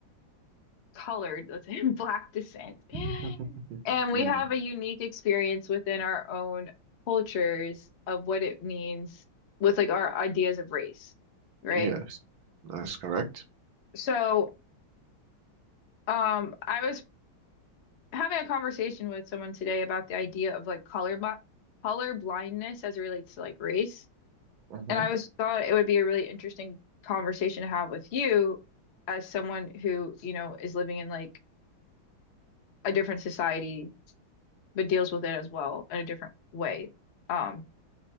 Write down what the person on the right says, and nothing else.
<laughs>
Mm,
yes. That's correct.
hmm